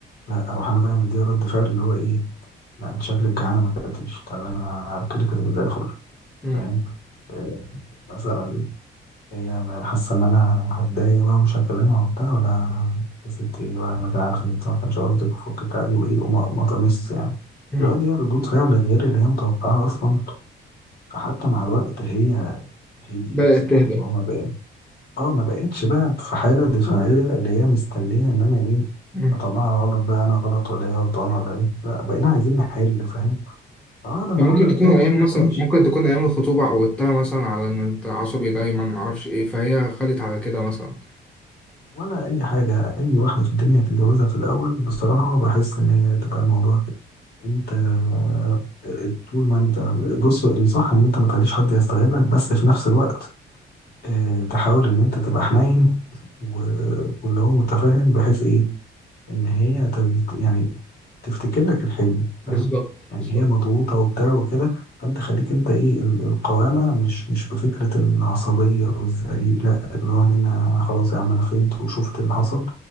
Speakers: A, on the left; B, in the centre.
A: لا اروح انا بقى مديها رد فعل اللي هو ايه لا انت شكلك جعانه ما اكلتيش تعالى انا هاكلك كده زي الفل
B: مم.
A: فاهم آه، مثلا هي حاسه ان انا هتضايق بقى مش هكلمها وبتاع ولا يا ستي ولا ما أنا عارف ان انت ما كانش قصدك وفكك عادي وايه وما وما تمس يعني
B: مم.
A: الواد دي ردود فعل غير اللي هي متوقعه اصلا فحتى مع الوقت هي هديت
B: بدأت
A: يعني
B: تهدى
A: اللي هو ما بقى اه ما بقتش بقى في حالة دفاعية اللي هي مستنية ان انا ايه
B: مم.
A: اطلعها غلط بقى انا غلط ولا هي غلطانة ولا ايه لا بقينا عايزين نحل فاهم فواحدة مع
B: ممكن
A: واحدة
B: تكون
A: بتلاقي
B: أيام
A: الدنيا
B: مثلا
A: بتمشي
B: ممكن تكون أيام الخطوبة عودتها مثلا على إن أنت عصبي دايما معرفش إيه فهي خدت على كده مثلا
A: ولا اي حاجة اي واحدة في الدنيا هتتجوزها في الاول بصراحة بحس ان هي تبقى الموضوع كده انت آه، طول ما انت بص الصح ان انت ما تخليش حد يستغلك بس في نفس الوقت آه، تحاول ان انت تبقى حنين و- واللي هو متفاهم بحيث ايه ان هي تز- يعني تفتكر لك الحلم فاهم
B: بالظبط
A: يعني
B: بالظبط
A: هي مضغوطه وبتاع وكده فانت خليك انت ايه ال- القوامه مش مش بفكره العصبيه والزعيق لا اللي هو ان انا خلاص يا عم انا فهمت وشفت اللي حصل